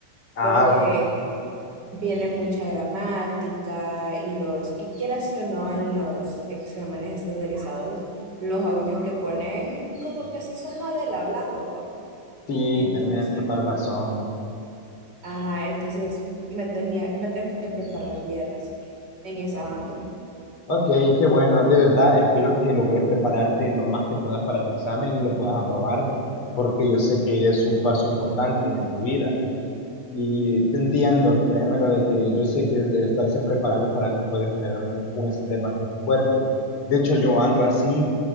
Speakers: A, on the left (about 40°); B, on the right (about 30°).
A: Ah,
B: porque
A: ok.
B: viene mucha gramática y los, y quieras o no, en los exámenes estandarizados, los audios que ponen como que sí son la del hablando. ¿va?
A: Sí,
B: Entonces,
A: tenés total razón.
B: ajá, entonces me tenía, me tengo que preparar bien, así que en esa ando.
A: Ok, qué bueno. De verdad, espero que logres prepararte lo más que puedas para tu examen y lo puedas aprobar, porque yo sé que es un paso importante en tu vida. Y te entiendo, créemelo, de que yo sé que el estarse preparando para algo puede generar un, un estrés bastante fuerte. De hecho, yo ando así